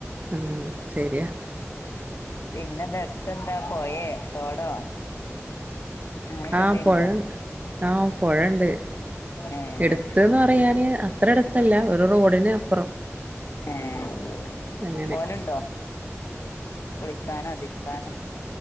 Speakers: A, on the right; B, on the left.
A: ഉം ശര്യാ.
B: പിന്നെന്ത എട്ത്തെന്താ പൊയേ തോടോ. അങ്ങനൊക്കെ
A: ആഹ്
B: എന്തേലുണ്ടോ
A: പുഴ ആഹ് പുഴണ്ട്
B: ഏഹ്
A: എടുത്ത്ന്ന് പറയാന് അത്ര എടുത്തല്ല ഒരു റോഡിന് അപ്പുറം
B: ഏഹ്
A: അങ്ങനെ
B: പോവലുണ്ടോ കുളിക്കാനോ തിരിബാ നോ